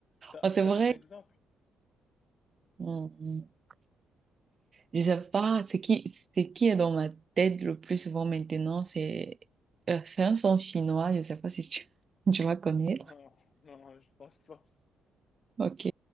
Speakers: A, on the left (about 45°); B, on the right (about 40°).
A: t'as,
B: Ah, c'est
A: t'as
B: vrai.
A: un exemple?
B: Mm, mm. Je sais pas, ce qui, ce qui est dans ma tête le plus souvent maintenant, c'est euh, c'est un son finnois je sais pas si tu, <laughs> tu vas connaître.
A: Non, non, je pense pas.
B: Ok.